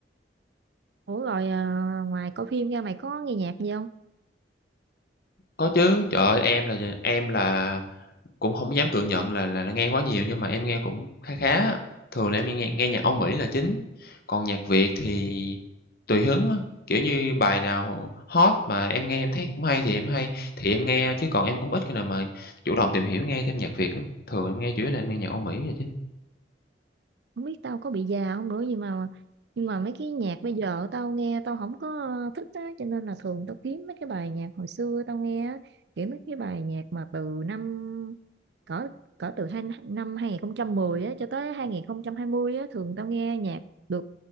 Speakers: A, on the right; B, on the left.
A: ủa rồi à, ngoài coi phim ra mày có nghe nhạc gì không
B: Có chứ, trời ơi, em là em là Cũng hổng dám tự nhận là là là nghe quá nhiều nhưng mà em nghe cũng khá khá á, thường là em nghe nghe nhạc Âu Mỹ là chính, còn nhạc Việt thì tùy hứng á, kiểu như, bài nào hot mà em nghe em thấy cũng hay thì em hay thì em nghe, chứ còn em cũng ít khi nào mà chủ động tìm hiểu nghe thêm nhạc Việt lắm, thường em nghe chủ yếu là em nghe nhạc Âu Mỹ là chính.
A: không biết tao có bị già không nữa nhưng mà nhưng mà mấy cái nhạc bây giờ tao nghe tao không có ờ, thích á cho nên là thường tao kiếm mấy cái bài nhạc hồi xưa tao nghe á, kiểu mấy cái bài nhạc mà từ năm cỡ cỡ từ hai, năm 2010 á cho tới 2020 á thường tao nghe nhạc được